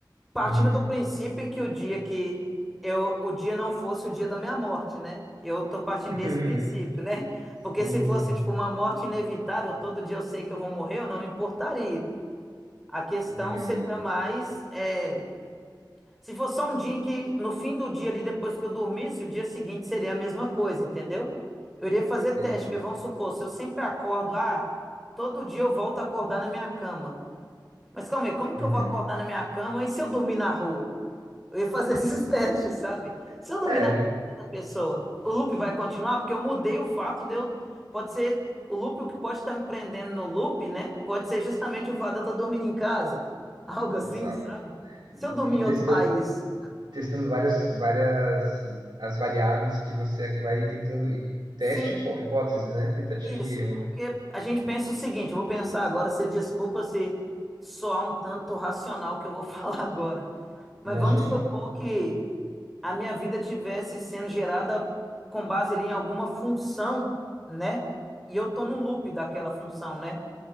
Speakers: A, in the centre; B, on the right (about 65°).
A: Partindo
B: Uhum.
A: do princípio em que o dia que eu, o dia não fosse o dia da minha morte, né? Eu tô partindo
B: <laughs>
A: desse princípio, né? Porque
B: Sim,
A: se fosse
B: sim.
A: tipo uma morte inevitável, todo dia eu sei que eu vou morrer, eu não me importaria. A questão
B: Hum.
A: seria mais é, se fosse só um dia em que, no fim do dia ali, depois que eu dormisse, o dia seguinte seria a mesma coisa, entendeu? Eu iria fazer teste,
B: Entendi.
A: porque vamos supor, se eu sempre acordo, ah, todo dia eu volto a acordar na minha cama. Mas calma aí, como que
B: Uhum.
A: eu vou acordar na minha cama e se eu dormir na rua? Eu ia fazer <laughs> esses
B: Sim.
A: testes, sabe? Se eu dormir
B: É,
A: na casa de outra pessoa, o loop vai continuar? Porque eu mudei o fato de eu. Pode ser. O loop, o que pode estar me prendendo no loop, né? Pode ser justamente o fato de eu estar dormindo em casa. <laughs> Algo assim,
B: exato.
A: sabe? Se eu dormir
B: E
A: em outro
B: testando,
A: país.
B: testando várias, várias as variáveis que você vai tentando. e Teste
A: Sim,
B: hipó- hipótese, né? Tentativa
A: isso,
B: e erro,
A: porque
B: né?
A: a gente pensa o seguinte, eu vou pensar agora, você desculpa se soar um tanto racional o que eu vou <laughs> falar agora, mas
B: Imagino.
A: vamos supor que a minha vida tivesse sendo gerada com base ali em alguma função, né? E eu tô no loop daquela função, né?